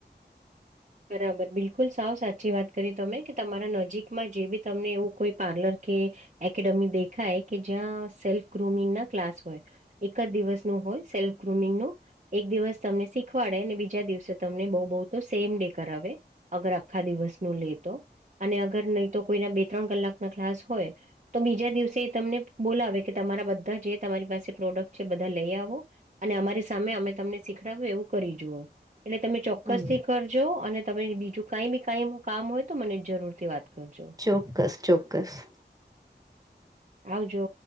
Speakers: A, on the right; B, on the right.
A: બરાબર બિલકુલ સાવ સાચી વાત કરી તમે કે તમારા નજીકમાં જે બી તમને એવું કોઈ પાર્લર કે એકેડેમી દેખાય કે જ્યાં સેલ્ફ ગ્રુમિંગના ક્લાસ હોય એક જ દિવસનું હોય સેલ્ફ ગ્રુમિંગનું એક દિવસ તમને શીખવાડે અનેને બીજા દિવસે તમને બહુ બહુ તો સેમ ડે. કરવે અગર આખા દિવસ ન લે તો અને અગર નહી તો કોઈના બે ત્રણ કલાક ના ક્લાસ હોય તો બીજા દિવસે એ તમને બોલાવે કે તમારા બધા જે તમારી પાસે પ્રોડક્ટ છે બધા લઈ આવો અને અમારી સામે અમે તમને શીખડ્યું એવું કરી જુઓ એટલે તમે ચોક્કસ
B: હમ
A: થી કર જો અને તમે બીજું કઈ બી કઈ કામ હોય તો મને જરૂર થી વાત કરજો.
B: ચોક્કસ, ચોક્કસ
A: આવજો